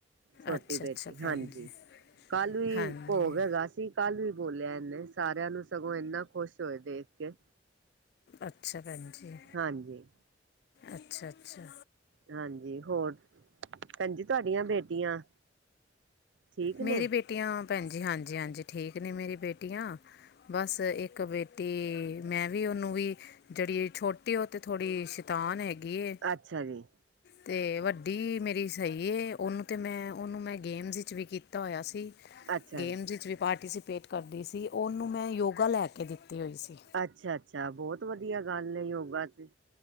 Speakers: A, on the right; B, on the left.
A: ਛੋਟੀ
B: ਅੱਛਾ
A: ਬੇਟੀ
B: ਅੱਛਾ ਭੈਣ
A: ਹਾਂਜੀ।
B: ਜੀ
A: ਕੱਲ ਵੀ
B: ਹਾਂਜੀ
A: ਭੋਗ ਹੈਗਾ ਸੀ। ਕੱਲ ਵੀ ਬੋਲਿਆ ਇਹਨੇ, ਸਾਰਿਆਂ ਨੂੰ ਸਗੋਂ ਇੰਨਾ ਖੁਸ਼ ਹੋਏ ਦੇਖ ਕੇ।
B: ਅੱਛਾ ਭੈਣ ਜੀ।
A: ਹਾਂਜੀ।
B: <inaudible> ਅੱਛਾ ਅੱਛਾ।
A: ਹਾਂਜੀ ਹੋਰ। ਭੈਣ ਜੀ ਤੁਹਾਡੀਆਂ ਬੇਟੀਆਂ ਠੀਕ
B: ਮੇਰੀ
A: ਨੇ?
B: ਬੇਟੀਆਂ ਭੈਣ ਜੀ ਹਾਂਜੀ ਹਾਂਜੀ ਠੀਕ ਨੇ, ਮੇਰੀ ਬੇਟੀਆਂ। ਬਸ ਇੱਕ ਬੇਟੀ, ਮੈਂ ਵੀ ਉਹਨੂੰ ਵੀ ਜਿਹੜੀ ਛੋਟੀ ਐ। ਉਹ ਤੇ ਥੋੜ੍ਹੀ ਸ਼ੈਤਾਨ ਹੈਗੀ ਏ।
A: ਅੱਛਾ ਜੀ,
B: ਤੇ ਵੱਡੀ ਮੇਰੀ ਸਹੀ ਏ, ਉਹਨੂੰ ਤਾਂ ਮੈਂ, ਉਹਨੂੰ ਮੈਂ ਗੇਮਸ ਵਿੱਚ ਵੀ ਕੀਤ ਕੀਤਾ ਹੋਇਆ ਸੀ।
A: ਅੱਛਾ
B: ਗੇਮਜ਼
A: ਜੀ,
B: ਵਿੱਚ ਵੀ ਪਾਰਟੀਸੀਪੇਟ ਕਰਦੀ ਸੀ। ਉਹਨੂੰ ਮੈਂ ਯੋਗਾ ਲੈ ਕੇ ਦਿੱਤੀ ਹੋਈ ਸੀ।
A: ਅੱਛਾ ਅੱਛਾ। ਬਹੁਤ ਵਧੀਆ ਗੱਲ ਹੈ ਯੋਗਾ ਚ,